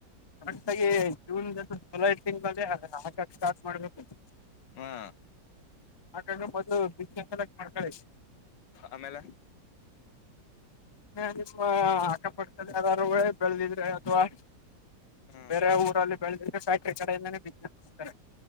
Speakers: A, on the left; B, on the left.
A: ಕರೆಕ್ಟಾಗಿ ಜೂನ್ಂತ ಜುಲೈ ತಿಂಗಳಲ್ಲೇ ಅ ಹಾಕಕ್ ಸ್ಟಾರ್ಟ್ ಮಾಡ್ಬೇಕು
B: ಹಾ
A: ಆಾಗಿ್ರ ಮೊದಲು ಬಿಸ್ನೆಸ್ ಎಲ್ಲ ಮಾಡ್ಕಳ
B: ಆಮೇಲೆ
A: ಏನೋ ಚೀಸ್ ಮಾ ಕಪ್ಪಡ್ ಯಾರಾರುೇ ಬೆಳೆದಿದ್ರೆ ಅಥವಾ
B: ಹ
A: ಬೇರೆ ಊರಲ್ಲಿ ಬೆಳೆದಿದ್ರೆ ಫ್ಯಾಕ್ಟ್ರಿ ಕಡೆಯಿಂದ ಬಿಸ್ನೆಸ್ ಮಾಡ್ತಾರೆ